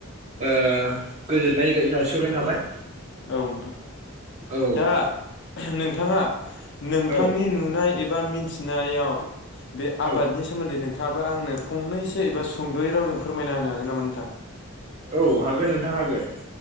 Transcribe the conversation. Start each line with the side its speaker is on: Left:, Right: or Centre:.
Right: ओ गोजोननाय जासिहैनाय थाबाय।
Left: औ‌ नोंथां।
Right: औ
Left: दा नोंथाङा - नोंथांनि
Right: औ
Left: नुनाय एब बा मिथिनायाव बे आबादनि
Right: औ
Left: सोमोन्दै नों थाबा आंनो फंनैसो एबा सुंद'यै रावजों फोरमायना होनो हागोन नामा? नोंथां
Right: औ हागोन नोंथाङ हागोन